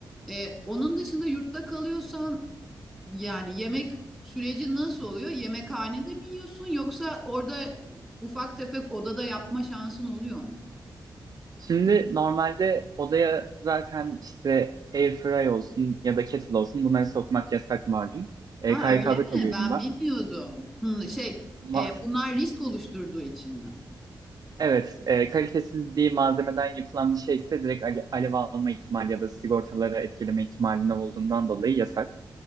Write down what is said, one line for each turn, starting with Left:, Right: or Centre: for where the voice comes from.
Centre: Ee, onun dışında yurtta kalıyorsan yani yemek süreci nasıl oluyor? Yemekhanede mi yiyorsun yoksa orada ufak tefek odada yapma şansın oluyor mu?
Right: Şimdi normalde odaya zaten işte airfryer olsun ya da kettle olsun bunları sokmak yasak malum. E,
Centre: Ha
Right: KYK'da
Centre: öyle mi?
Right: kalıyorum
Centre: Ben
Right: ben.
Centre: bilmiyordum. Hmm, şey
Right: Ma-
Centre: e, bunlar risk oluşturduğu için mi?
Right: Evet, e, kalitesiz bir malzemeden yapılan bir şeyse direkt ale- alev alma ihtimali ya da sigortaları etkileme ihtimalinde olduğundan dolayı yasak.